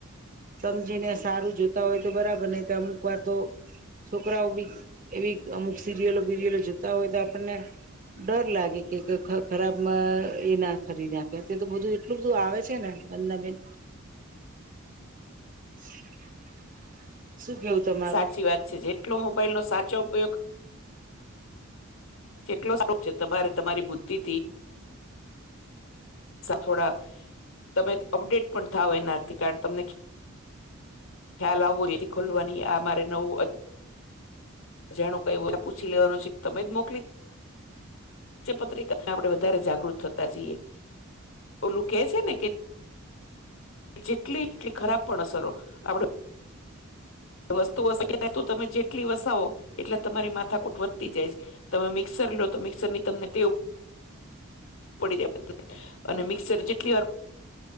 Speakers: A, on the right; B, on the left.
A: સમજીને સારું જોતા હોય તો બરાબર નહી તો અમુક વાર તો છોકરાઓ બી એવી અમુક સિરિયલો બીરિયલો જોતા હોય તો આપણને ડર લાગે કે ખરાબમાં એ ના ખરી નાખે અત તો બધું એટલું બધું આવે છે ને અંજનાબેન <inaudible> તમારું
B: સાચી વાત છે જેટલો મોબાઈલનો સાચો ઉપયોગ જેટલો સારું છે તમારે તમારી બુદ્ધિ થી થોડા તમે અપડેટ પણ થાવ એનાથી કારણ તમને ખ્યાલ આવવું એ ખોલવાની આ મારે નવું જેનું કઈ પૂછી લેવાનું છે કે તમે જ મોકલી પત્રિકા આપડે વધારે જાગૃત થતા જઈએ ઓલું કે છે ને કે જેટલી એટલી ખરાબ પણ અસરો આપડે વસ્તુ વસે તો તમે જેટલી વસાવો એટલે તમારી માથાકૂટ વધતી જાય છે. તમે મિક્સર લો તો મિક્સર ની તમને ટેવ પડી જાય <inaudible> અને મિક્સર જેટલીવાર